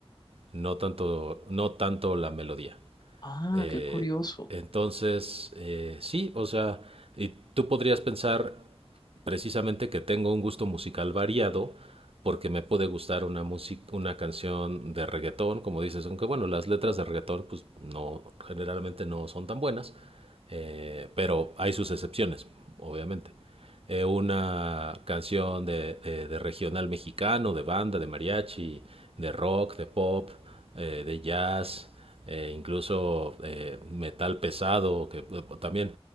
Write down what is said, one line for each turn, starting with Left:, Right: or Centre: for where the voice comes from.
Right: no tanto, no tanto la melodía.
Left: Ah,
Right: Eh,
Left: qué curioso.
Right: entonces, eh, sí, o sea, y tú podrías pensar precisamente que tengo un gusto musical variado porque me puede gustar una música, una canción de reggaetón, como dices, aunque bueno, las letras de reggaetón pues no, generalmente no son tan buenas, eh, pero hay sus excepciones, obviamente eh, una canción de, de- de regional mexicano, de banda, de mariachi, de rock, de pop, eh, de jazz, eh, incluso eh, metal pesado, que eh, también